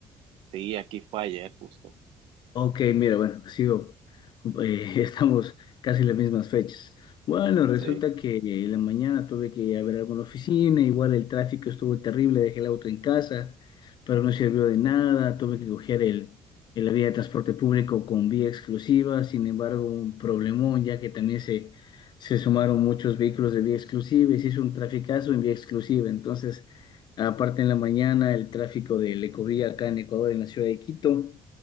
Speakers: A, on the right (about 75°); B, on the left (about 55°).
A: Sí, aquí fue ayer justo.
B: Ok, mira, bueno, sigo. Eh, <laughs> estamos casi en las mismas fechas. Bueno, resulta
A: Sí,
B: que en la mañana tuve que ir a ver algo en la oficina, igual el tráfico estuvo terrible, dejé el auto en casa, pero no sirvió de nada, tuve que coger el, el- la vía de transporte público con vía exclusiva, sin embargo, un problemón, ya que también se, se sumaron muchos vehículos de vía exclusiva y se hizo un traficazo en vía exclusiva. Entonces, aparte en la mañana, el tráfico del Ecovía acá en Ecuador, en la ciudad de Quito.